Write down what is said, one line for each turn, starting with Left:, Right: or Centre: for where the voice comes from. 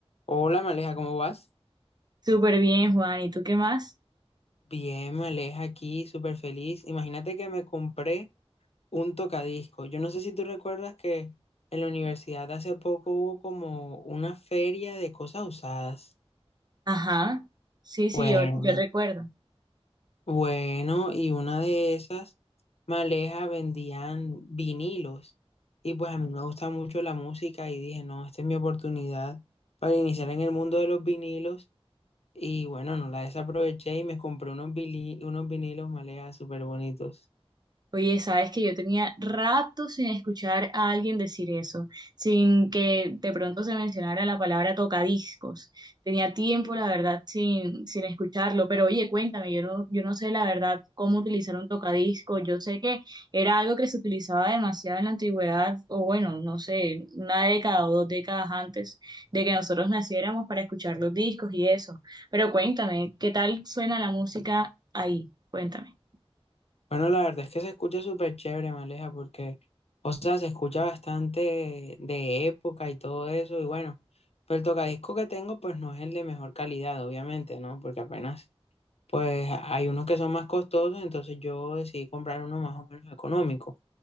Left: Hola, Maleja, ¿cómo vas?
Right: Súper bien, Juan. ¿Y tú qué más?
Left: Bien, Maleja, aquí súper feliz. Imagínate que me compré un tocadisco. Yo no sé si tú recuerdas que en la universidad hace poco hubo como una feria de cosas usadas.
Right: Ajá. Sí, sí,
Left: Bueno,
Right: yo, yo recuerdo.
Left: bueno, y una de esas, Maleja, vendían vinilos. Y pues a mí me gusta mucho la música y dije, no, esta es mi oportunidad para iniciar en el mundo de los vinilos. Y bueno, no la desaproveché y me compré unos, vili- unos vinilos, Maleja, súper bonitos.
Right: Oye, sabes que yo tenía rato sin escuchar a alguien decir eso, sin que de pronto se mencionara la palabra tocadiscos. Tenía tiempo, la verdad, sin, sin escucharlo, pero oye, cuéntame, yo no, yo no sé la verdad cómo utilizar un tocadiscos. Yo sé que era algo que se utilizaba demasiado en la antigüedad, o bueno, no sé, una década o dos décadas antes de que nosotros naciéramos para escuchar los discos y eso. Pero cuéntame, ¿qué tal suena la música ahí? Cuéntame.
Left: Bueno, la verdad es que se escucha súper chévere, Maleja, porque, o sea, se escucha bastante de época y todo eso. Y bueno, pero el tocadisco que tengo, pues no es el de mejor calidad, obviamente, ¿no? Porque apenas, pues hay unos que son más costosos, entonces yo decidí comprar uno más o menos económico.